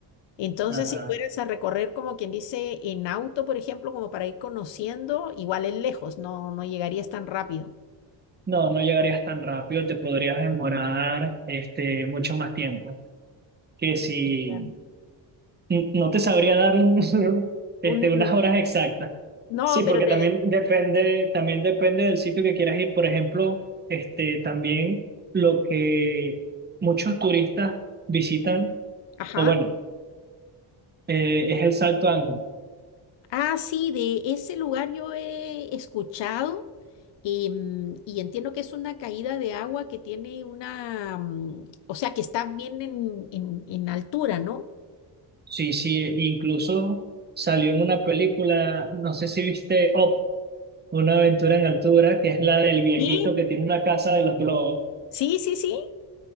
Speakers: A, on the left; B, on the right.
A: Entonces,
B: ajá.
A: si fueras a recorrer, como quien dice, en auto, por ejemplo, como para ir conociendo, igual es lejos, no, no llegarías tan rápido.
B: No, no llegarías tan rápido, te podrías demorar este, mucho más tiempo que si
A: Bien.
B: N- No te sabría dar un, <laughs> este,
A: Un,
B: unas horas exactas.
A: no,
B: Sí, porque
A: pero te...
B: también depende, también depende del sitio que quieras ir. Por ejemplo, este, también lo que muchos turistas visitan,
A: Ajá.
B: o bueno, eh, es el Salto Ángel.
A: Ah, sí, de ese lugar yo he escuchado em, y entiendo que es una caída de agua que tiene una... mm, o sea, que está bien en, en, en altura, ¿no?
B: Sí, sí, incluso salió en una película, no sé si viste Up, Una aventura en altura, que es la del viejito
A: sí
B: que tiene una casa de los globos.
A: Sí, sí, sí.